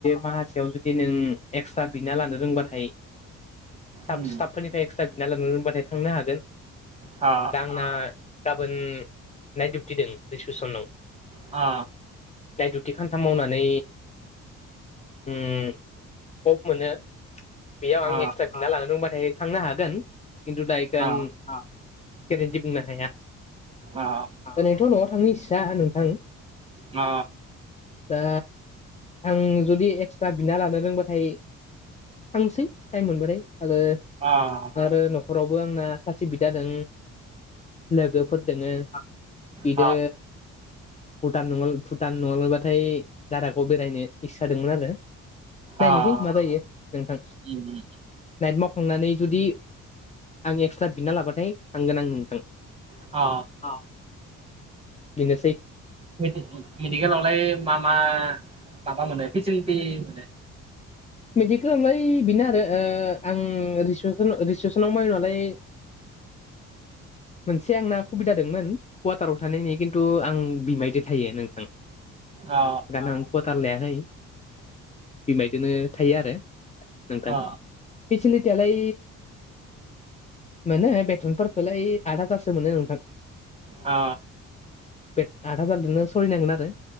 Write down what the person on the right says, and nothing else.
उम,
अ
आ
अ
अ
अ
आ
आ
अ
अ
उम,
अ
मेडि मेडिकेलावलाय मा मा माबा मोनो फेसिलिटि मोनो
अ
अ
आ